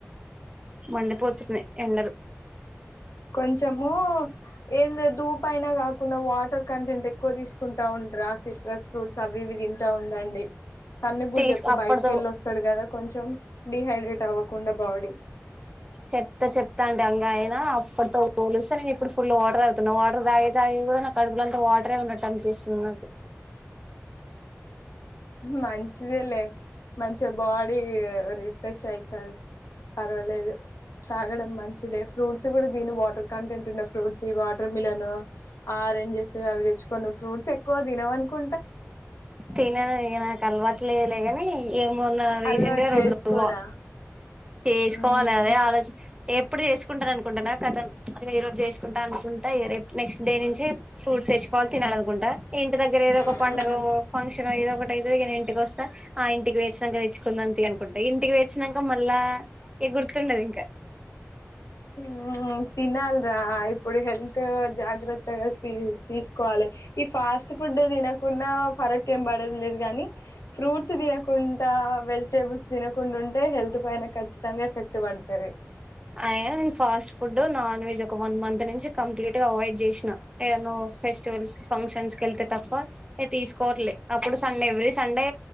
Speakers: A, on the right; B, on the left.
A: మండిపోతున్నాయి ఎండరు
B: కొంచము ఏంద దూపయినా కా కున్న వాటర్ కంటెంట్ ఎక్కువ తీసుకుంటా ఉంటరా సిట్రస్ ఫ్రూట్స్ అవి ఇవి తింటా ఉండండి సన్న కూడా
A: తీసుకు
B: చెప్పు
A: అప్పటితో
B: బయటికి వెళ్ళి వస్తాడు కదా కొంచెం డిహైడ్రేట్ అవ్వకుండా బాడీ
A: చెప్తా చెప్తా అంటే అంగా అయినా అప్పటితో పోలిస్తే ఇప్పుడు ఫుల్ వాటర్ తాగుతున్నా వాటర్ తాగే కూడా నా కడుపుల అంతా వాటరే ఉన్నట్టు అనిపిస్తుంది నాకు
B: మంచిదే లే మంచిగా బాడీ రిఫ్రెష్ అయితంది పర్వాలేదు తాగడం మంచిదే ఫ్రూట్స్ కూడా తిను వాటర్ కంటెంట్ ఉన్న ఫ్రూట్స్ వాటర్ మిలన్ ఆరెంజెస్ అవి తెచ్చుకోను ఫ్రూట్స్ ఎక్కువ తినం అనుకు
A: తినను ఇక నాకు అలవాట్లేదులే కాని ఏమోన్నా రీసెంట్గా
B: అలవాటు
A: రెండు
B: చేసుకోరా
A: మ్ చేసుకోవాలి
B: ఉమ్
A: అదే ఆలోజు ఎప్పుడు చేసుకుంటారు అనుకుంన్నటు కథం ఈరోజు చేసుకుంటా అనుకుంటా రే నెక్స్ట్ డే నుంచి ఫ్రూట్స్ వేచ్చుకోవాలి తినాలనుకుంటా ఇంటి దగ్గర ఏదో ఒక
B: ఉమ్
A: పండగ ఫంక్షన్ ఏదో ఒకటైదు కా ఇంటికి వస్తా ఆ ఇంటికి వేసినాక తెచ్చుకుందాం తీ అనుకుంట ఇంటి వే వచ్చినాక మళ్ళా ఎ గుర్తుండది ఇంకా
B: హ్మ్ తినాలి ఇప్పుడు హెల్త్ జాగ్రత్తగా తీ తీసుకోవాలి ఈ ఫాస్ట్ ఫుడ్ తినకుండా ఫరక్ ఏం పడదు లేదు కానీ ఫ్రూట్స్ తినకుండా వెజిటేబుల్స్ తినకుండా ఉంటే హెల్త్ పైన ఖచ్చితంగా ఎఫెక్ట్ పడుతుంది
A: అయినా నేను ఫాస్ట్ ఫుడ్ నాన్ వెెజ్ ఒక వన్ మంత్ నుంచి కంప్లీట్ గా అవాయిడ్ చేసిన ఏదో ఫెస్టివల్స్ ఫంక్షన్స్ కెళ్తే తప్ప బ తీసుకోవట్లేదు అప్పుడు Sunday every Sunday